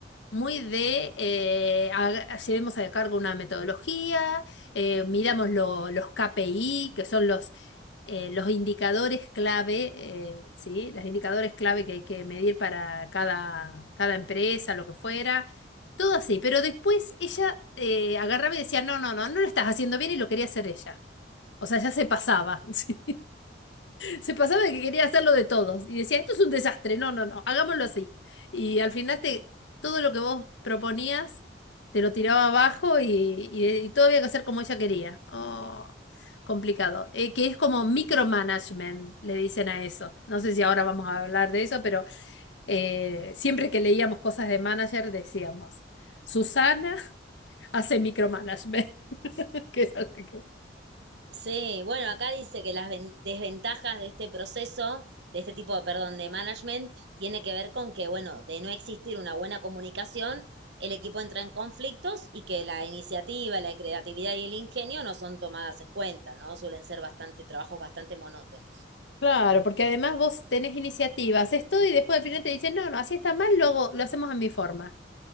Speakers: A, on the left (about 75°); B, on the right (about 65°).
A: muy de eh, haga- llevemos a cargo una metodología, eh, miramos lo- los KPI, que son los, eh, los indicadores clave, eh, ¿sí? Los indicadores clave que hay que medir para cada, cada empresa, lo que fuera todo así, pero después ella eh, agarraba y decía, no, no, no, no lo estás haciendo bien y lo quería hacer ella. O sea, ya se pasaba, <laughs> sí. Se pasaba de que quería hacerlo de todos. Y decía, esto es un desastre, no, no, no, hagámoslo así. Y al final te, todo lo que vos proponías te lo tiraba abajo y, y, y todo había que hacer como ella quería. Oh, complicado. Eh, que es como micromanagement, le dicen a eso. No sé si ahora vamos a hablar de eso, pero eh, siempre que leíamos cosas de manager decíamos. Susana hace micromanagement. <laughs> que es algo que-
B: Sí, bueno, acá dice que las ven- desventajas de este proceso, de este tipo, perdón, de management, tiene que ver con que, bueno, de no existir una buena comunicación, el equipo entra en conflictos y que la iniciativa, la creatividad y el ingenio no son tomadas en cuenta, ¿no? Suelen ser bastante trabajos bastante monótonos.
A: Claro, porque además vos tenés iniciativa, haces todo y después al final te dicen, no, no, así está mal, luego lo hacemos a mi forma.